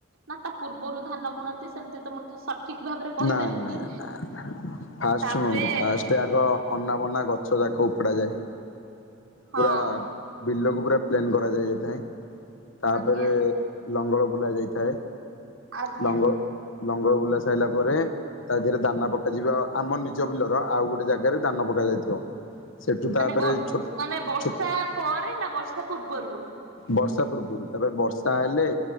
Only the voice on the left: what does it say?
ନାଇଁ ନାଇଁ ନାଇଁ ଫାଷ୍ଟ
ଶୁଣନ୍ତୁ ଫାଷ୍ଟ ଆଗ ଅନା ବନା ଗଛ ଯାକ ଉପଡା ଯାଏ। ପୁରା
ବିଲକୁ ପୁରା ପ୍ଲେନ୍ କରାଯାଇଥାଏ। ତାପରେ
ଲଙ୍ଗଳ ବୁଲା ଯାଇଥାଏ।
ଲଙ୍ଗ ଲଙ୍ଗଳ ବୁଲା ସାରିଲା ପରେ ତା ଦେହରେ ଦାନା ପକାଯିବ। ଆମ ନିଜ ବିଲର ଆଉ ଗୋଟେ ଜାଗାରେ ଦାନ ପକା ଯାଇଥିବ। ସେଠୁ ତାପରେ
ଛୋଟ
ଛୋ
ବର୍ଷା ପୂର୍ବରୁ ତାପରେ ବର୍ଷା ହେଲେ